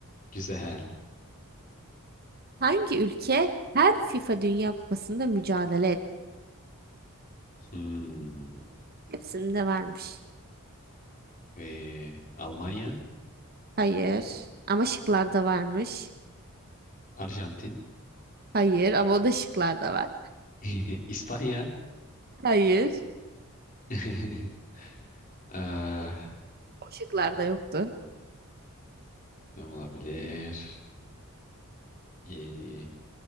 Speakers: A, on the left; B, on the right.
A: Güzel.
B: Hangi ülke her FIFA Dünya Kupası'nda mücadele etti?
A: Hmm.
B: Hepsinde varmış.
A: Ee, Almanya,
B: Hayır. Ama şıklarda varmış.
A: Arjantin,
B: Hayır ama o da şıklarda var.
A: <laughs> İspanya,
B: Hayır.
A: <laughs> Ah,
B: O şıklarda yoktu.
A: ne olabilir? Ee,